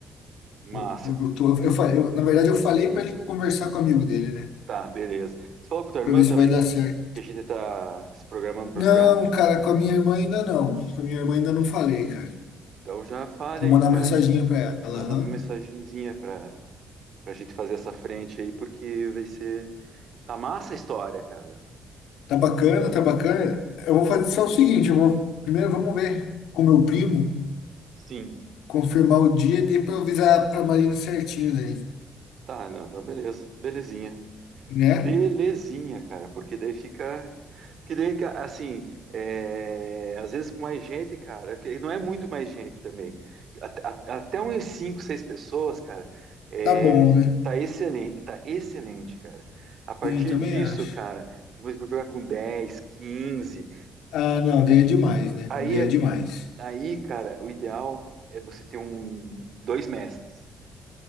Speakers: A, on the right; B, on the left.
A: Massa.
B: O- Eu, tô- eu, fa- eu- na verdade, eu falei para ele conversar com o amigo dele, né?
A: Tá, beleza. Você falou com tua irmã
B: Para ver
A: também
B: se vai dar
A: que
B: certo.
A: que a gente tá se programando para
B: Não,
A: jogar?
B: cara, com a minha irmã ainda não. Com a minha irmã ainda não falei, cara.
A: Então já fale
B: Vou
A: aí,
B: mandar
A: cara.
B: uma mensaginha para ela,
A: Manda
B: aham.
A: uma mensagenzinha pra, pra gente fazer essa frente aí, porque vai ser. Tá massa a história, cara.
B: Tá bacana, tá bacana. Eu vou fazer só o seguinte, eu vou primeiro vamos ver com meu primo,
A: Sim.
B: confirmar o dia e depois eu avisar pra Marina certinho daí,
A: Tá, não, então beleza. Belezinha.
B: né?
A: Belezinha, cara, porque daí fica. Que daí, ca- assim, é, às vezes com mais gente, cara, que não é muito mais gente também. At- at- Até uns 5, 6 pessoas, cara, é,
B: Tá bom, né?
A: tá excelente, tá excelente, cara. A partir
B: Sim, eu também
A: disso,
B: acho.
A: cara, depois vou jogar com 10, 15.
B: Ah, não, daí é demais, né?
A: Aí,
B: Daí
A: é-
B: é demais.
A: aí, cara, o ideal é você ter um, dois mestres,